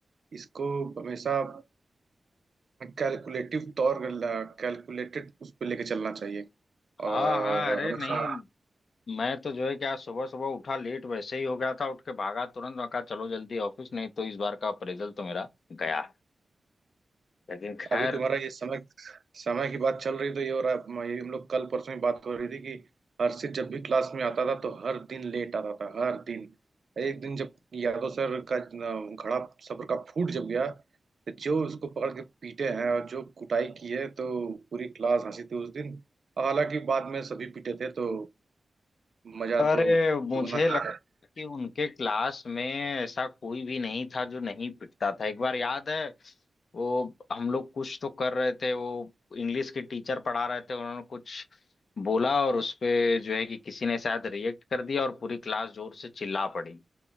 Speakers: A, on the right; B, on the left.
A: इसको हमेशा कैलकुलेटिव तौर कैलकुलेटेड उस पर लेके चलना चाहिए
B: हाँ
A: और
B: हाँ अरे
A: हमेशा
B: नहीं मैं तो जो है कि आज सुबह सुबह उठा लेट वैसे ही हो गया था उठ के भागा तुरंत मैं कहा चलो जल्दी ऑफिस नहीं तो इस बार का अप्रेजल तो मेरा गया लेकिन खैर
A: अभी तुम्हारा ये समय समय की बात चल रही तो ये हो रहा है म- ये हम लोग कल परसों ही बात हो रही थी कि हर्षित जब भी क्लास में आता था तो हर दिन लेट आता था हर दिन एक दिन जब यादव सर का न- घड़ा सब्र का फूट जब गया तो जो उसको पकड़ के पीटे हैं और जो कुटाई की है तो पूरी क्लास हंसी थी उस दिन और हालांकि बाद में सभी पीटे थे तो मजा
B: अरे
A: तो
B: मुझे
A: दुगना ही
B: लगता है कि उनके क्लास में ऐसा कोई भी नहीं था जो नहीं पिटता था एक बार याद है वो हम लोग कुछ तो कर रहे थे वो इंग्लिश के टीचर पढ़ा रहे थे उन्होंने कुछ बोला और उस पे जो है कि किसी ने शायद रिएक्ट कर दिया और पूरी क्लास जोर से चिल्ला पड़ी